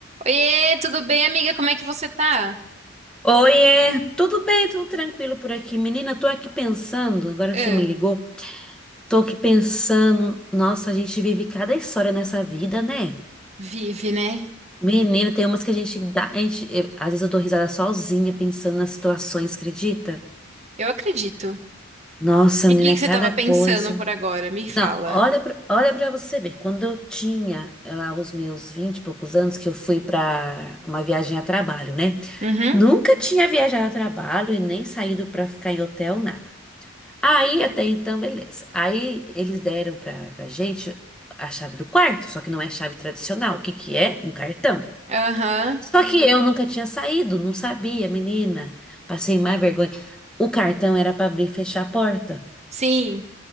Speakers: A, on the right; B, in the centre.
A: Oiê, tudo bem, amiga? Como é que você tá?
B: Oiê, tudo bem, tudo tranquilo por aqui. Menina, tô aqui pensando, agora
A: Ah,
B: que você me ligou, tô aqui pensando, nossa, a gente vive cada história nessa vida, né?
A: vive, né?
B: Menina, tem umas que a gente dá, a gente, eu- às vezes eu dou risada sozinha pensando nas situações, acredita?
A: Eu acredito.
B: Nossa,
A: E
B: menina,
A: o que que
B: é cada
A: você tava pensando
B: coisa.
A: por agora? Me fala.
B: Não, olha pra, olha pra você ver, quando eu tinha eh, lá os meus 20 e poucos anos, que eu fui pra uma viagem a trabalho, né?
A: Uhum,
B: Nunca tinha viajado a trabalho e nem saído pra ficar em hotel, nada. Aí até então, beleza. Aí eles deram pra, pra gente a chave do quarto, só que não é chave tradicional. O que que é? Um cartão.
A: aham,
B: Só que eu nunca tinha saído, não sabia, menina. Passei mais vergonha. O cartão era pra abrir e fechar a porta.
A: sim.